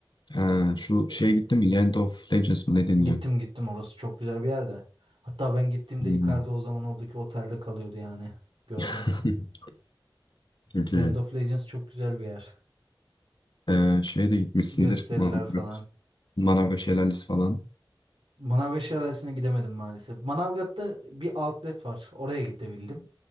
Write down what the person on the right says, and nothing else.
Ee,
gittim gittim orası çok güzel bir yerde. Hatta ben gittiğimde
Icardi o zaman oradaki otelde kalıyordu yani. Gördüm.
Land
of Legends çok güzel bir yer.
Gösteriler
falan.
Manavgat Şelalesi'ne gidemedim maalesef. Manavgat'ta bir outlet var. Oraya gidebildim.